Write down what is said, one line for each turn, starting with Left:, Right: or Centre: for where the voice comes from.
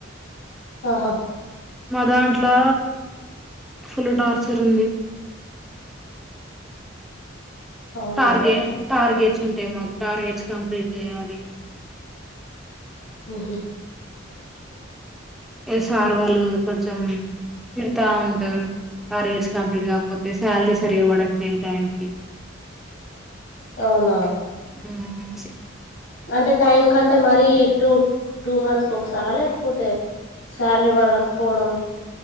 Left: ఆహా
Centre: మా దాంట్లా ఫుల్ టార్చర్ ఉంది.
Left: అవునా
Centre: తార్గే టార్గేట్స్ ఉంటాయి, మాకు టార్గెట్స్ కంప్లీట్ చేయాలి
Left: మ్ హు
Centre: ఏ సార్ వాళ్ళు కొంచెం తిడతా ఉంటారు. టార్గెట్స్ కంప్లీట్ కాకపోతే శాలరీ సరిగ పడట్లేదు టైంకి
Left: అవునా?
Centre: ఉమ్ సి
Left: అంటే టైమ్ కంటే మరి టూ టూ మంత్స్ కు ఒక ఒకసారా లేకపోతే శాలరీ పడకపోవడం